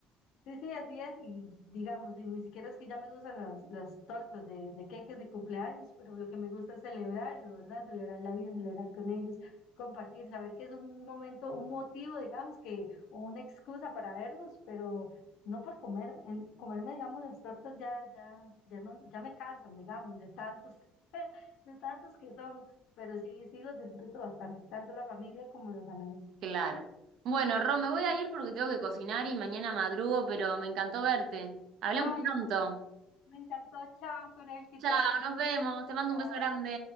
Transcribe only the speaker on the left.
Sí, sí, así es. Y digamos, y ni siquiera es que ya me gustan las, las tortas de, de queques de cumpleaños, pero lo que me gusta es celebrarlo, ¿verdad? Celebrar la vida, celebrar con ellos, compartir, saber que es un momento, un motivo, digamos, que, o una excusa para vernos, pero no por comer, en- comerme, digamos, las tortas ya, ya, ya no, ya me cansan, digamos, de tantos, <laughs> de tantos que son, pero sí, sí los disfruto bastante, tanto la familia como los amigos.
Ay,
también me encantó. Chao, Corel, que
te vaya muy
bien.
Chao.